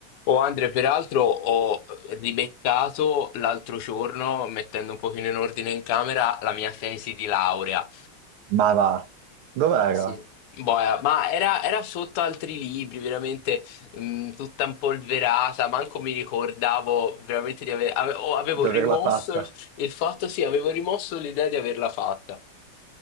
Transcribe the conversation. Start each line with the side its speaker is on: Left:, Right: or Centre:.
Left: Oh Andre, peraltro ho ribeccato l'altro giorno, mettendo un pochino in ordine in camera, la mia tesi di laurea.
Right: Ma va, dov'era
Left: Sì. Boia, ma era, era sotto altri libri, veramente mh, tutta impolverata, manco mi ricordavo veramente di aver... ave- oh, avevo
Right: di
Left: rimosso
Right: averla fatta?
Left: il, il fatto, sì, avevo rimosso l'idea di averla fatta.